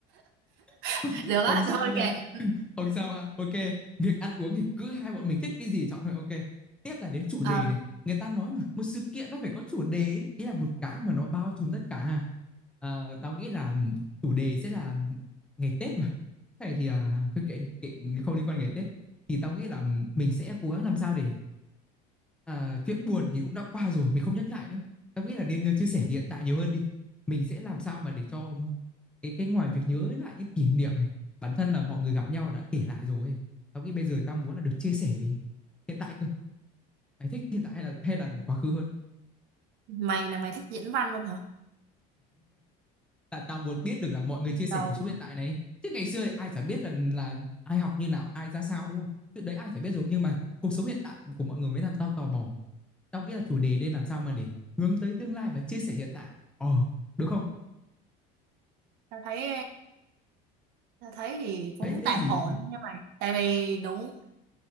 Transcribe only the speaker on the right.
<laughs> được á
thôi
kệ
Ờ,
mày là mày thích diễn văn luôn hả
đầu
quá.
tao thấy tao thấy thì cũng
tạm
ổn nha mày tại vì đúng